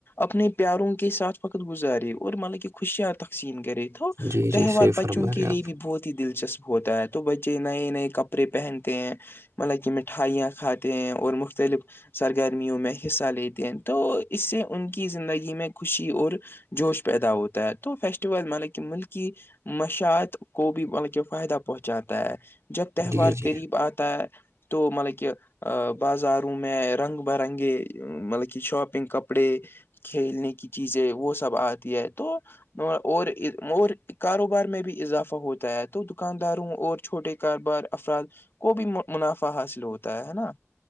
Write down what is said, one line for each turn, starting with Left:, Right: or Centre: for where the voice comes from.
Left: اپنے پیاروں کے ساتھ وقت گزارے اور مطلب کہ خوشیاں تقسیم کرے ہو
Right: جی
Left: تہوار
Right: جی صحیح
Left: بچوں
Right: فرما
Left: کے
Right: رہے
Left: لیے
Right: آپ
Left: بھی بہت ہی دلچسپ ہوتا ہے تو بچے نئے نئے کپڑے پہنتے ہیں مطلب کہ مٹھائیاں کھاتے ہیں اور مختلف سرگرمیوں میں حصہ لیتے ہیں تو اس سے ان کی زندگی میں خوشی اور جوش پیدا ہوتا ہے تو فیسٹیول ملب کہ ملکی مشاعت کو بھی بطل کہ فائدہ پہنچاتا ہے جب تہوار
Right: جی جی
Left: قریب آتا ہے تو مطلب کہ بازاروں میں <unintelligible> میں رنگ برنگے مطلب کہ شاپنگ کپڑے <unintelligible> کھیلنے کی چیزیں وہ سب آتی ہے تو اور اور کاروبار میں بھی اضافہ ہوتا ہے تو دکانداروں اور چھوٹے کاروبار افراد کو بھی منافع حاصل ہوتا ہے نا